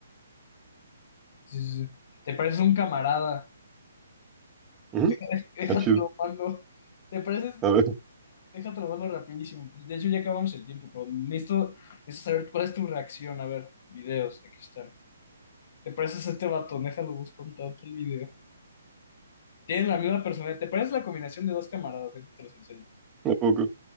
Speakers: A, on the left (about 45°); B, on the right (about 15°).
A: sí, sí. sí. Te pareces un camarada.
B: Ujú,
A: <laughs> Déjatelo,
B: Ah, chido.
A: mando. Te pareces,
B: A ver,
A: déjatelo, mando rapidísimo. De hecho, ya acabamos el tiempo, pero necesito, necesito saber cuál es tu reacción. A ver, videos, aquí está. Te pareces a este vato, déjalo busco un tanto el video. Tienes la misma personalidad. Te pareces la combinación de dos camaradas, ahorita te los enseño.
B: <laughs> un poco.